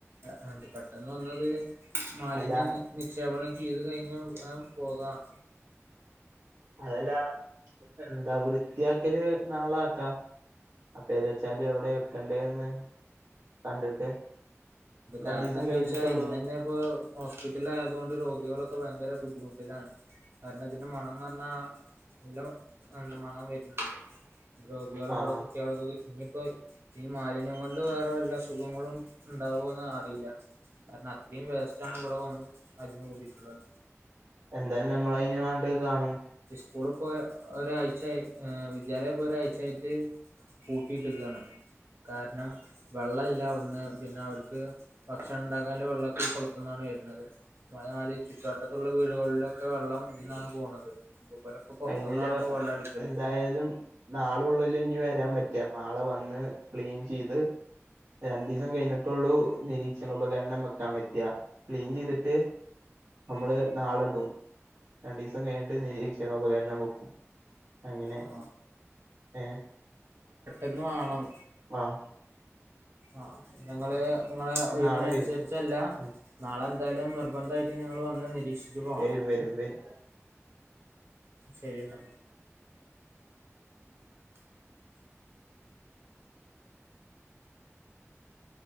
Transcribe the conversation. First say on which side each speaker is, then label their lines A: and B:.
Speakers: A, on the right; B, on the right.
A: ആ എന്തേ പെട്ടന് വന്നത്. മാലിന്യം
B: അല്ല
A: നിക്ഷേപണം ചെയ്തു കഴിഞ്ഞു ന്നാ പോകാം
B: അതെല്ല എന്താ വൃത്തിയാക്കൽ നാളെ ആക്കാം അപ്പേ ഏതാ വെച്ചാൽ എവിടെ വെക്കണ്ടേന്ന് കണ്ടിട്ട്. രണ്ടീസം
A: കാരണം എന്താ
B: കഴിഞ്ഞിട്ടൊള്ളൂ
A: ചോയ്ച്ച ഇന്നന്നെ ഇപ്പോ ഹോസ്പിറ്റലിൽ ആയതുകൊണ്ട് രോഗികളൊക്കെ ഭയങ്കര ബുദ്ധിമുട്ടിലാണ് അതിന്റെ മണംന്ന് പറഞ്ഞാ ഇല്ല നല്ല മണം വർണുണ്ട് ഇവിടെ രോഗികളും
B: ആഹ്
A: ഇവിടെ കുട്ടികൾക്ക് ഇനിയിപ്പോ ഈ മാലിന്യം കൊണ്ട് വേറെ വല്ലാ അസുഖങ്ങളും ഉണ്ടാവോന്നു അറിയില്ല കാരണം അത്രയും വേസ്റ്റണ് ഇവിടെ വന്ന് അടിങ്ങുകൂടീട്ടുള്ളത്
B: എന്തായാലും നമ്മൾ അതിൻ വേണ്ടത് കാണും
A: സ്കൂളിൽ പോയ ഒരാഴ്ചയായി വിദ്യാലയം ഇപ്പൊ ഒരാഴ്ചയായിട്ട് പൂട്ടിട്ടകാണ് കാരണം വെള്ളംല്ല ഒന്ന് പിന്നെ അവർക്ക് ഭക്ഷണം ഉണ്ടാകാനുള്ള വെള്ളൊക്കെ കൊളത്ത് ന്നാണ് വരുന്നത് <unintelligible> ചുറ്റുവട്ടത്തുള്ള വീ വീടുകളിലൊക്കെ വെള്ളം ഇതിന്നാണ് പോണത് അപ്പോൾ ഇവരൊക്കെ പുറത്തുനിന്നാണ്
B: അയിനുള്ള
A: ഇപ്പോൾ വെള്ളം അടിക്കല്
B: എന്തായാലും നാളെ ഉള്ളിൽ ഇനി വരാൻ പറ്റിയ നാളെ വന്ന് ക്ലീൻ ചെയ്ത് രണ്ട് ദിവസം കഴിഞ്ഞിട്ടുള്ളു നിരീക്ഷണ ഉപകരണം വെക്കാൻ പറ്റ്ആ ക്ലീൻ ചെയ്തിട്ട് നമ്മള് നാളെ ഇടും രണ്ട് ദിവസം കഴിഞ്ഞിട്ട് നിരീക്ഷ ഉപകരണം വെക്കും അങ്ങനെ
A: ആ
B: ഏ
A: എന്ന് വേണം
B: ആഹ്
A: ആ നിങ്ങള് നിങ്ങളെ ഒഴവിനനുസരിച്ചല്ല
B: നാളെ വരും ഉം
A: നാളെ എന്തായാലും നിർബന്ധമായിട്ട് നിങ്ങൾ വന്ന് നിരീക്ഷിച്ചു പോണം
B: വരും വരും വരും
A: ശരി ന്നാ